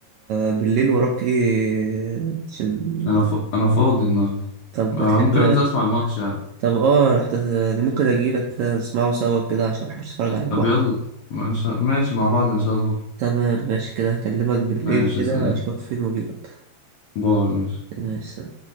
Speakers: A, on the right (about 80°); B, on the left (about 75°).
A: بالليل وراك ايه عشان
B: انا ف... انا فاضي النهارده
A: طب بتحب
B: آه، ممكن انزل اسمع الماتش يعني
A: طب اه هت- ممكن اجيلك نسمعه سوا كده عشان ما بحبش اتفرج عليه لوحدي
B: طب يلا ما إن شاء- ماشي مع بعض ان شاء الله
A: تمام ماشي كده هكلمك بالليل
B: ماشي
A: كده
B: سلام
A: اشوفك فين واجيلك
B: باي ماشي
A: ماشي